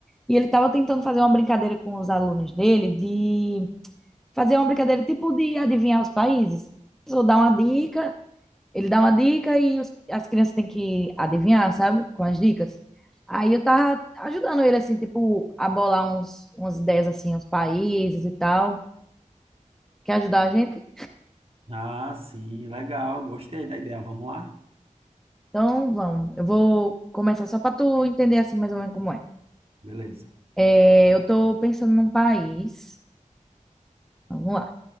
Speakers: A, in the centre; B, on the right (about 45°).
A: e ele tava tentando fazer uma brincadeira com os alunos dele de fazer uma brincadeira tipo de adivinhar os países. Só dá uma dica, ele dá uma dica e os- as crianças têm que adivinhar, sabe, com as dicas. Aí eu tava ajudando ele assim, tipo, a bolar uns, umas ideias assim, uns países e tal. Quer ajudar a gente?
B: Ah, sim, legal. Gostei da ideia. Vamos lá?
A: Então, vamos. Eu vou começar só para tu entender assim mais ou menos como é.
B: Beleza.
A: É, eu tô pensando num país. Vamos lá.